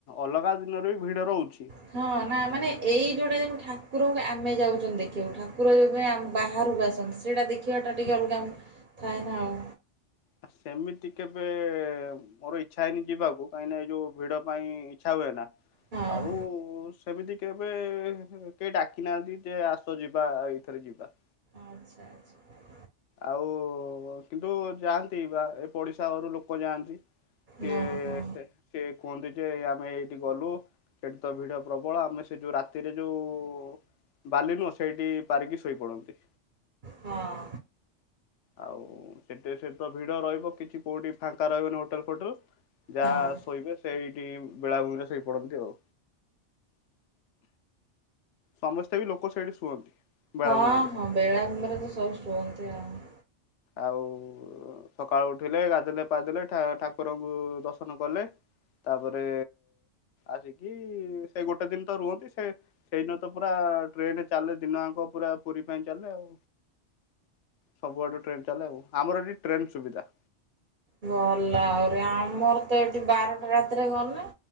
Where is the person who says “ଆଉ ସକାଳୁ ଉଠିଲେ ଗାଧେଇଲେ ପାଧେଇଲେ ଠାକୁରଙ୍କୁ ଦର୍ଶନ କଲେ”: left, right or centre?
Left